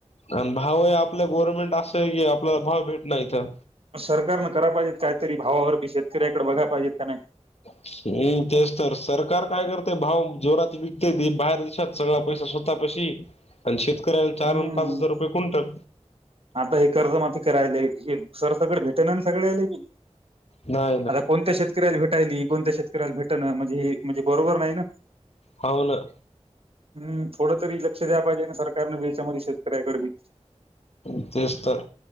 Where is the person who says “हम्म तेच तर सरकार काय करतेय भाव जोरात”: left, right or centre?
Left